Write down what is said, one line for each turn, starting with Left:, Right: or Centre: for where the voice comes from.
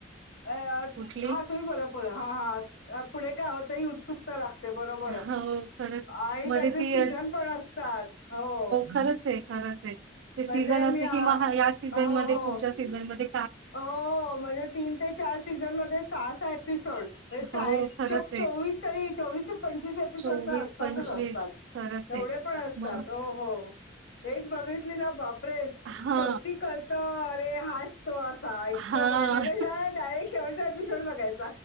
Left: अ
Right: कुठली?
Left: हा तुम्ही बोला बोला हा हां पुढे काय होतं ही उत्सुकता लागते ते बरोबर
Right: हो खरंच
Left: आणि
Right: मध्ये
Left: त्याचे
Right: ती
Left: सीझन पण असतात हो
Right: खरच आहे खरच आहे ते
Left: म्हणजे
Right: सीझन असल
Left: मी अ
Right: कि या सीझन
Left: हो
Right: मध्ये
Left: हो
Right: पुढच्या सीझन मधे
Left: हो म्हणजे तीन ते चार सीझन मध्ये सहा सहा एपिसोड ते साय
Right: हो खरंच
Left: चोक
Right: आहे.
Left: चोवीस तरी चोवीस ते पंचवीस एपिसोड
Right: चोवीस,
Left: तर असतातच
Right: पंचवीस
Left: असतात
Right: खरंच
Left: एवडे
Right: आहे.
Left: पण असतात
Right: मग
Left: हो हो एक बघितली ना बापरे!
Right: हा!
Left: शेवटी कळत अरे हाच तो असा इतक
Right: हां.
Left: बघ म्हटल काय डारेक्ट शेवटचा एपिसोड बघायचा.